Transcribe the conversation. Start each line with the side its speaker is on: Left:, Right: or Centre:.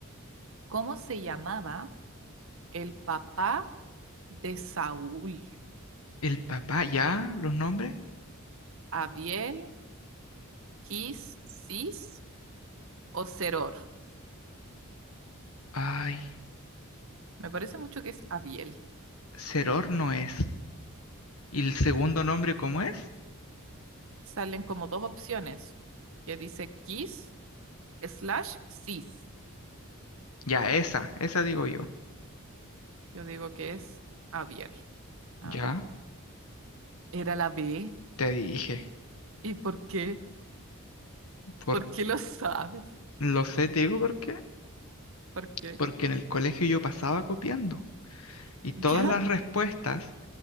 Right: ¿Cómo se llamaba el papá de Saúl?
Left: ¿El papá ya? ¿Los nombres?
Right: ¿Abiel, Quis, Cis o Seror?
Left: Ay,
Right: Me parece mucho que es Abiel.
Left: Ceror no es. ¿Y el segundo nombre cómo es?
Right: Salen como dos opciones que dice Quis slash Cis.
Left: Ya, esa, esa digo yo.
Right: Yo digo que es Abiel. A
Left: Ya,
Right: ver. Era la B.
Left: te dije.
Right: ¿Y por qué?
Left: Por...
Right: ¿Por qué lo sabes?
Left: Lo sé, te digo por qué.
Right: ¿Por qué?
Left: Porque en el colegio yo pasaba copiando. Y todas
Right: <laughs> ya
Left: las respuestas